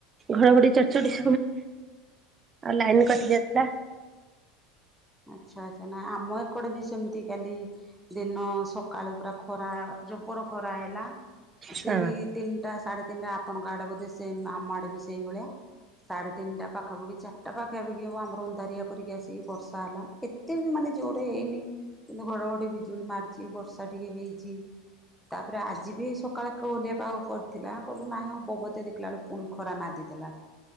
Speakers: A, on the right (about 30°); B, in the centre.
A: ଘଡଘଡି ଚଡ୍ଚଚଡି <unintelligible> ଆଉ ଲାଇନ କଟିଯାଇଥିଲା।
B: ଆଚ୍ଛା ଆଛା ନାଁ ଆମ ଏକଡେ ବି ସେମିତି କାଲି ଦିନ ସକାଳୁ ପୁରା ଖରା ଜୋବର ଖରା ହେଲା। ସେଇ
A: ହଁ
B: ତିନିଟା ସାଢେ ତିନିଟା ଆପଣଙ୍କ ଆଡେ ବୋଧେ ସେମ୍ ଆମ ଆଡେ ବି ସେଇଭଳିଆ। ସାଢେ ତିନିଟା ପାଖାପାଖି ଚାର୍ ଟା ପାଖାପାଖି ହଵ ଆମର ଦାରିଆ କରିକି ଆସିକି ବର୍ଷା ହେଲା ଏତେ ବି ମାନେ ଜୋରରେ ହେଇନି କିନ୍ତୁ ଘଡଘ ବିଜୁଳି ମାରିଛି ବର୍ଷା ଟିକେ ହେଇଛି। ତାପରେ ଆଜି ବି ସକାଳେ କୋହଲିଆ ପାାଗ କରିଥିଲା କହିଲୁ ନାଇଁ ହଵ ଵୋଧେ ଦେଖିଲା ବେଳକୁ ପୁଣି ଖରା ନାଦିଲ